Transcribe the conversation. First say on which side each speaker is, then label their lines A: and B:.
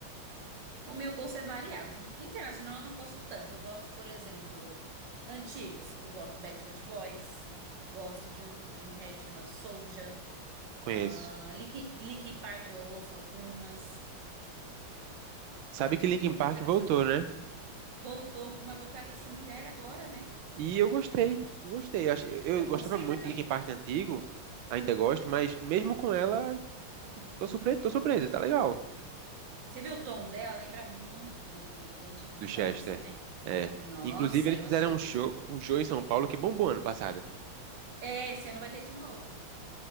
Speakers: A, on the right; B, on the right.
A: O meu gosto é variado. Internacional eu não gosto tanto. Eu gosto, por exemplo, antigos. Eu gosto de Backstreet Boys. Gosto de um, de um reggae chamado Soulja.
B: Conheço.
A: Ah, Linkin, Linkin Park eu ouço algumas.
B: Sabe
A: Mas não
B: que
A: tem
B: Linkin
A: muito
B: Park
A: internacional.
B: voltou, né?
A: Voltou com uma vocalista mulher agora, né?
B: E eu gostei, gostei. Acho- Eu
A: Eu gostei
B: gostava muito
A: também.
B: de Linkin Park antigo, ainda gosto, mas mesmo com ela, tô surpreso, tô surpreso, tá legal.
A: Você viu o tom dela? Lembra muito do, do, do antigo vocalista,
B: Do Chester.
A: né?
B: É.
A: Nossa,
B: Inclusive, eles
A: eu
B: fizeram
A: achei
B: um
A: que.
B: show, um show em São Paulo que bombou ano passado.
A: É, esse ano vai ter de novo.